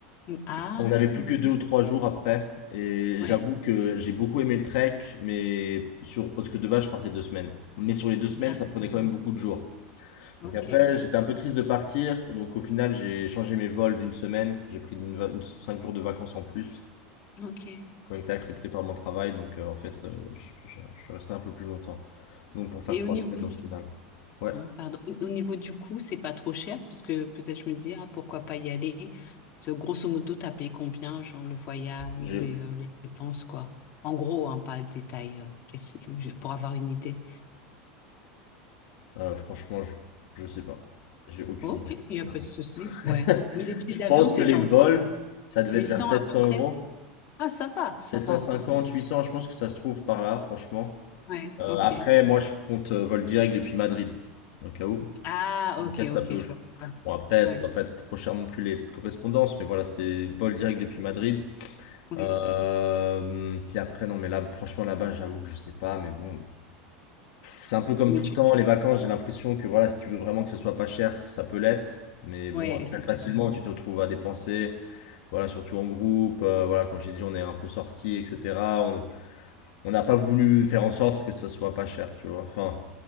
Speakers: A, on the left; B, on the left.
A: Ah,
B: On n'avait plus que deux ou trois jours après et
A: ouais.
B: j'avoue que j'ai beaucoup aimé le trek, mais sur parce que de base, je partais deux semaines. Mais sur les deux semaines,
A: Bah,
B: ça prenait quand même beaucoup de jours.
A: ok,
B: Donc après, j'étais un peu triste de partir. Donc au final, j'ai changé mes vols d'une semaine. J'ai pris une va- une- cinq jours de vacances en plus.
A: ok.
B: qui ont été acceptés par mon travail. Donc, euh, en fait, euh, je, je- je suis resté un peu plus longtemps. Donc, pour faire
A: Et
B: trois
A: au niveau
B: semaines au
A: du,
B: final. Ouais,
A: hein, pardon, au au niveau du coût, c'est pas trop cher, parce que peut-être je me dis, ah, pourquoi pas y aller? Parce que grosso modo, t'as payé combien, genre le voyage
B: j'ai,
A: et euh, les dépenses, quoi. En gros, hein, pas de détails euh, précis, mais je- pour avoir une idée.
B: euh, franchement, je, je sais pas. J'ai aucune
A: Ok,
B: idée.
A: il n'y
B: Je
A: a
B: t'avoue.
A: pas de souci,
B: <laughs>
A: ouais. Mais les billets
B: Je
A: d'avion,
B: pense
A: c'est
B: que les
A: genre
B: vols, ça devait
A: huit
B: être vers
A: cents
B: 700
A: à peu près.
B: euros.
A: Ah, ça va, ça
B: 750,
A: va.
B: 800, je pense que ça se trouve par là, franchement.
A: Ouais,
B: Euh,
A: ok.
B: après, moi, je compte euh, vol direct depuis Madrid, au cas où.
A: Ah,
B: Donc,
A: ok,
B: Peut-être ça
A: ok,
B: peut.
A: je vois. Ouais,
B: Bon, après,
A: ouais.
B: ça doit pas être trop cher non plus les petites correspondances, mais voilà, c'était vol direct depuis Madrid.
A: ouais.
B: Euh, puis après, non, mais là, franchement, là-bas, j'avoue que je sais pas, mais bon, c'est un peu comme
A: Mais
B: tout
A: tu...
B: le temps, les vacances, j'ai l'impression que voilà, si tu veux vraiment que ce soit pas cher, ça peut l'être, mais bon,
A: Ouais,
B: après,
A: si
B: facilement,
A: tu veux.
B: tu te retrouves à dépenser, voilà, surtout en groupe, euh, voilà, comme j'ai dit, on est un peu sortis, etc. On on n'a pas voulu faire en sorte que ça soit pas cher, tu vois, enfin,